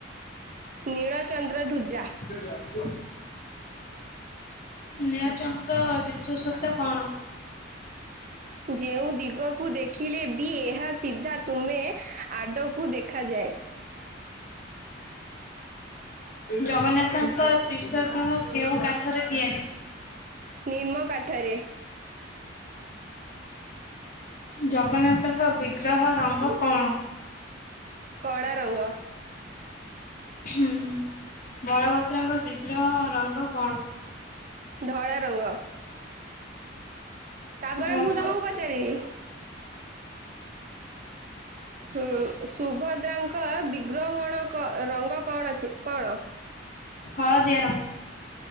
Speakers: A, on the right; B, on the left.
A: ନୀଳଚନ୍ଦ୍ର ଧୁଜା।
B: <inaudible> ନୀଳାଚନ୍ଦ୍ର ବିଶ୍ଵସତା କଣ?
A: ଯେଉଁ ଦିଗକୁ ଦେଖିଲେ ବି ଏହା ସିଧା ତୁମେ ଆଡ କୁ ଦେଖାଯାଏ।
B: ଜଗନ୍ନାଥଙ୍କ ବିଶଗ୍ରହ କେଉଁ କାଠରେ ତିଆରି?
A: ନିମ୍ନ କାଠରେ
B: <inaudible> ଜଗନ୍ନାଥଙ୍କ ବିଘ୍ରହ ରଙ୍ଗ କଣ?
A: କଳା ରଙ୍ଗ।
B: ହୁଁ ବଳଭଦ୍ରଙ୍କ ବିଗ୍ରହ ରଙ୍ଗ କଣ?
A: ଧଳା ରଙ୍ଗ। ତାପରେ
B: ହୁଁ
A: ମୁଁ ତମକୁ ପଚାରିବି? ହୁଁ ସୁଭଦ୍ରାଙ୍କ ବିଗ୍ରହଣ ରଙ୍ଗ କଣ କଣ?
B: ହଳଦୀଆ ରଙ୍ଗ।